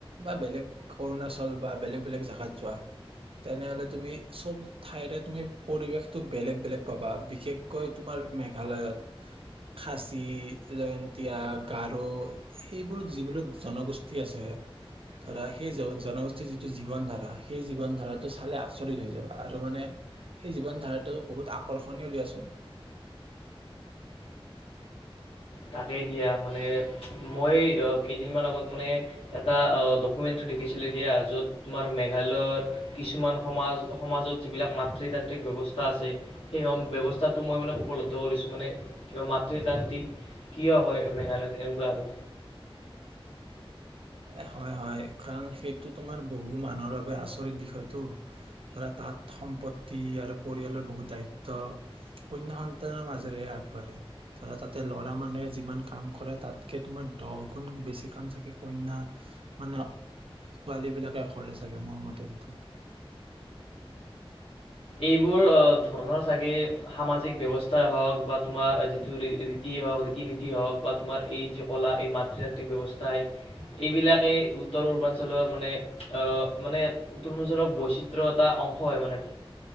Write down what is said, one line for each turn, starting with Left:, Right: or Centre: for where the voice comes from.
Right: বা বেলেগ অৰুণাচল বা বেলেগ - বেলেগ জেগাত যোৱা তেনেহলে তুমি চব ঠাইৰে তুমি পৰিৱেশটো বেলেগ -বেলেগ পাবা বিশেষকৈ তোমাৰ মেঘা, মেঘালয়ত খাচী- জয়ন্তীয়া - গাৰ সেইবোৰ যিবোৰ জনগোষ্ঠী আছে ধৰা, সেই জনগোষ্ঠীৰ যিটো জীৱন ধাৰা সেই জীৱন ধাৰাটো চালে আচৰিত হৈ যাবা আৰু মানে সেই জীৱন ধাৰাটো বহুত আকৰ্ষণীয় দিয়াচোন।
Left: তাকেই দিয়া মানে মই, কেইদিনমান আগত মানে এটা ডকুমেন্টতো দেখিছিলো দিয়া য'ত তোমাৰ মেঘালয়ৰ কিছুমান সমাজ- সমাজত যিবিলাক মাতৃ তান্ত্ৰিক ব্যৱস্থা, আছে সেই ব্যৱস্থা, তাতো মই মানে উপলব্ধ কৰিছোঁ মানে মাতৃতান্ত্ৰিক, কিয় হয় মেঘালয়ত এনেকুৱা আৰু।
Right: এ', হয়- হয় কাৰণ সেইটো তোমাৰ বহু মানুহৰ বাবে আচৰিত বিষয়টো, ধৰা তাত সম্পত্তি আৰু পৰিয়ালৰ বহু দায়িত্ব কন্যা -সন্তানৰ মাজেৰেহে আগবাঢ়ে ধৰা তাতে লৰা মানুহে যিমান কাম কৰে তাতকে তোমাৰ দহ গুণ বেছি কাম চাগে, কন্যা মানে ছোৱালী বিলাকেখৰে চাগে মোৰ মতেদিটো।
Left: এইবোৰ ধৰণৰ চাগে সামাজিক ব্যৱস্থাই হওঁক বা তোমাৰ যিটো ৰীতি হওক ৰীতি- নীতি হওঁক বা তোমাৰ, এই যে কলা এই মাতৃৃতান্ত্ৰিক ব্যৱস্থা, - তাই এইবিলাকেই উত্তৰ -পূৰ্বাঞ্চলৰ মানে, মানে উত্তৰ -পূৰ্বাঞ্চলৰ বৈচিত্ৰ এটা অংশ হয় মানে।